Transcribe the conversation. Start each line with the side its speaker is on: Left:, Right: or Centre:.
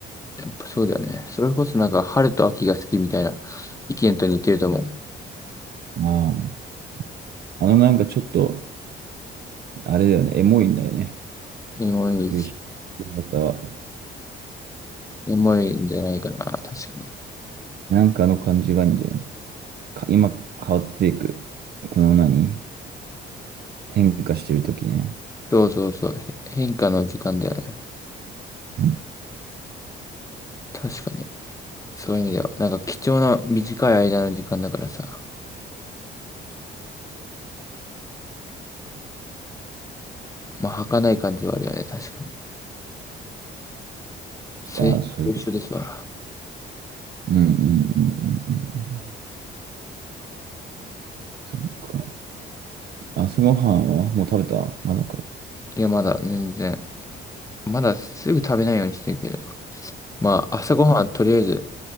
Left: やっぱそうだよね。それこそなんか春と秋が好きみたいな意見と似てると思う。
Right: ああ。あのなんかちょっと、あれだよね、エモいんだよね。
Left: エモいです、
Right: 夕日の方は。
Left: エモいんじゃないかな。確かに。
Right: なんかの感じがいいんだよね。か今変わっていく。この何変化してるときね。
Left: そうそうそう。へ変化の時間だよね。
Right: ん
Left: 確かに。そういう意味では。なんか貴重な短い間の時間だからさ。まあ儚い感じはあるよね。確かに。制と一緒ですわ。
Right: ああ、そういう。うんうんうんうんうん。そっか。朝ごはんはもう食べたまだか。
Left: いや、まだ全然。まだすぐ食べないようにしてるけど。まあ、朝ごはんとりあえず